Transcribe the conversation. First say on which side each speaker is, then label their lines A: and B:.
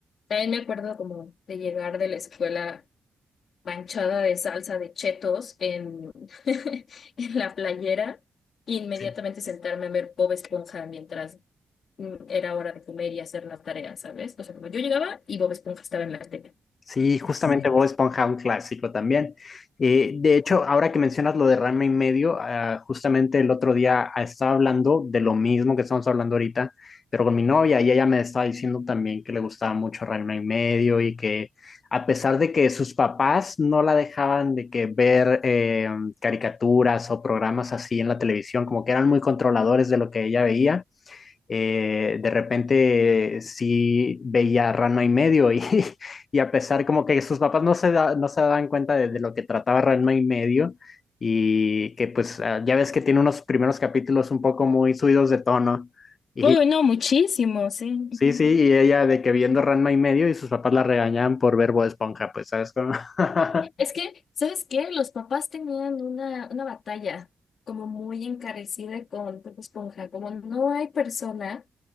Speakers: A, on the left; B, on the left.
A: También me acuerdo como de llegar de la escuela manchada de salsa de chetos en, <laughs> en la playera e inmediatamente
B: Sí,
A: sentarme a ver Bob Esponja mientras mm, era hora de comer y hacer la tarea, ¿sabes? O sea, como yo llegaba y Bob Esponja estaba en la tele.
B: Sí, justamente
A: Sí.
B: Bob Esponja, un clásico también. Eh, de hecho, ahora que mencionas lo de Rama y medio, ah, justamente el otro día ah, estaba hablando de lo mismo que estamos hablando ahorita, pero con mi novia y ella me estaba diciendo también que le gustaba mucho Rama y medio y que a pesar de que sus papás no la dejaban de que ver eh, caricaturas o programas así en la televisión, como que eran muy controladores de lo que ella veía eh, de repente sí veía Rano y medio y, <laughs> y a pesar como que sus papás no se, da- no se daban cuenta de, de lo que trataba Rano y medio y que pues ah, ya ves que tiene unos primeros capítulos un poco muy subidos de tono y
A: Uy, no, muchísimo, sí.
B: sí,
A: ujú.
B: sí, y ella de que viendo Ranma y medio y sus papás la regañaban por ver Bob Esponja, pues sabes cómo. <laughs>
A: Es que, ¿sabes qué? Los papás tenían una, una batalla como muy encarecida con Bob Esponja, como no hay persona.